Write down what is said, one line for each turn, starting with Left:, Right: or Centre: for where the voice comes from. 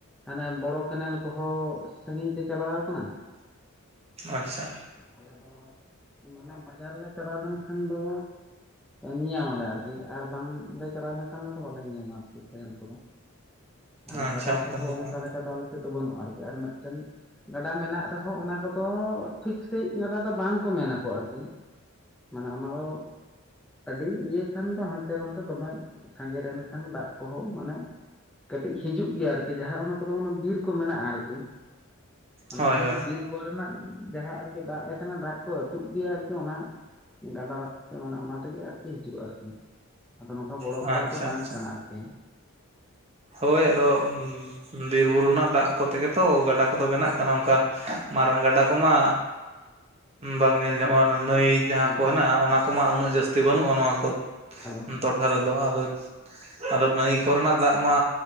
Centre: ᱦᱟᱱᱮ ᱵᱚᱲᱚ ᱠᱮᱱᱮᱞ ᱠᱚᱦᱚᱸ ᱥᱟᱹᱜᱤᱧ ᱛᱮ ᱪᱟᱞᱟᱣ ᱟᱠᱟᱱᱟ᱾
Right: ᱟᱪᱪᱷᱟ᱾
Centre: ᱟᱞᱮ ᱫᱚ ᱢᱟᱱᱮ ᱵᱟᱡᱟᱨ ᱞᱮ ᱪᱟᱞᱟᱣ ᱞᱮᱱᱠᱷᱟᱱ ᱫᱚ ᱧᱮᱭᱟᱢᱟᱞᱮ ᱟᱨᱠᱤ ᱟᱨ ᱵᱟᱝ ᱞᱮ ᱪᱟᱞᱟᱣ ᱞᱮᱱᱠᱷᱟᱱ ᱫᱚ ᱛᱚ ᱵᱟᱞᱮ ᱧᱟᱢᱟ ᱟᱨᱠᱤ ᱠᱮᱱᱮᱞ ᱠᱚᱫᱚ, ᱟᱨ
Right: ᱟᱪᱪᱷᱟ
Centre: ᱜᱟᱰᱟ
Right: ᱚᱱᱠᱟᱱ
Centre: ᱠᱚᱦᱚᱸ
Right: ᱠᱟᱛᱷᱟ
Centre: ᱚᱱᱠᱟ ᱞᱮᱠᱟ ᱫᱚ ᱟᱞᱮ ᱫᱚ ᱵᱟᱹᱱᱩᱜ-ᱟ ᱟᱨᱠᱤ ᱟᱨ ᱢᱤᱫᱴᱮᱱ ᱜᱟᱰᱟ ᱢᱮᱱᱟᱜ ᱨᱮᱦᱚᱸ ᱚᱱᱟ ᱠᱚᱫᱚ ᱴᱷᱤᱠ ᱥᱟ. ᱡ ᱜᱟᱰᱟ ᱫᱚ ᱵᱟᱝ ᱠᱚ ᱢᱮᱱᱟᱠᱚ ᱟᱨᱠᱤ᱾ ᱢᱟᱱᱮ ᱚᱱᱟ ᱫᱚ ᱟᱹᱰᱤ ᱤᱭᱟᱹ ᱠᱷᱟᱱ ᱫᱚ ᱦᱟᱱᱛᱮ ᱱᱟᱛᱮ ᱫᱚᱢᱮ ᱥᱟᱸᱜᱮ ᱞᱮᱱᱠᱷᱟᱱ ᱫᱟᱜ ᱠᱚᱦᱚᱸ ᱢᱟᱱᱮ ᱠᱟᱹᱴᱤᱡ ᱦᱤᱡᱩᱜ ᱜᱮᱭᱟ ᱟᱨᱠᱤ ᱡᱟᱦᱟᱸ ᱚᱱᱟ ᱠᱚᱫᱚ ᱚᱱᱮ ᱵᱤᱨ ᱠᱚ ᱢᱮᱱᱟᱜᱼᱟ ᱟᱨᱠᱤ᱾ ᱢᱟᱱᱮ
Right: ᱦᱳᱭ
Centre: ᱚᱱᱟ
Right: ᱦᱳᱭ
Centre: ᱵᱤᱨ ᱠᱚ ᱨᱮᱱᱟᱜ ᱡᱟᱦᱟᱸ ᱟᱨᱠᱤ ᱫᱟᱜ ᱞᱮᱠᱷᱟᱱᱮ ᱫᱟᱜ ᱠᱚ ᱟᱹᱛᱩᱜ ᱜᱮᱭᱟ ᱟᱨᱠᱤ ᱚᱱᱟ ᱜᱟᱰ ᱨᱟᱜ ᱛᱮ ᱢᱟᱱᱮ ᱚᱱᱟ ᱛᱮᱜᱮ ᱟᱨᱠᱤ ᱦᱤᱡᱩᱜᱼᱟ ᱟᱨᱠᱤ, ᱟᱫᱚ ᱱᱚᱝ
Right: ᱟᱪᱪᱷᱟ
Centre: ᱠᱚᱰᱟ ᱫᱚ ᱵᱟᱝ
Right: ᱟᱪᱪᱷᱟ
Centre: ᱠᱟᱱᱟ ᱟᱨᱠᱤ᱾
Right: ᱦᱳᱭ ᱟᱫᱚ ᱵᱤᱨ ᱵᱩᱨᱩ ᱨᱮᱱᱟᱜ ᱫᱟᱜ ᱠᱚ ᱛᱮᱜᱮ ᱛᱚ ᱜᱟᱰᱟ ᱠᱚᱫᱚ ᱵᱮᱱᱟᱜ ᱠᱟᱱᱟ ᱚᱱᱠᱟ᱾ ᱢᱟᱨᱟᱝ ᱜᱟᱰᱟ ᱠᱚᱢᱟ ᱵᱟᱝ ᱧᱮᱞ
Centre: ᱟᱫᱚ
Right: ᱧᱟᱢᱚᱜᱼᱟ ᱱᱟᱹᱭ ᱡᱟᱦᱟᱸ
Centre: ᱟᱫᱚ
Right: ᱠᱚ ᱦᱮᱱᱟᱜᱼᱟ ᱚᱱᱟ ᱠᱚᱢᱟ ᱩᱱᱟᱹᱜ ᱡᱟᱹᱥᱛᱤ ᱵᱟᱹᱱᱩᱜᱼᱟ ᱱᱚᱣᱟ ᱠᱚ
Centre: <unintelligible>
Right: ᱴᱚᱴᱷᱟ ᱨᱮᱫᱚ ᱟᱫᱚ ᱟᱫᱚ ᱱᱟᱹᱭ ᱠᱚ ᱨᱮᱱᱟᱜ ᱫᱟᱜ ᱢᱟ